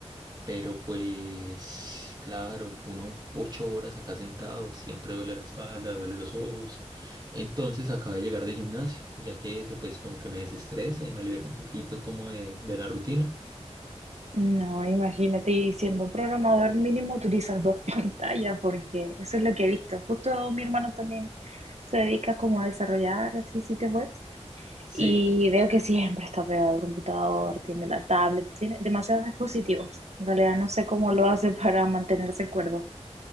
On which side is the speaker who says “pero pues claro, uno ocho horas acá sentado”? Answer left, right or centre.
Right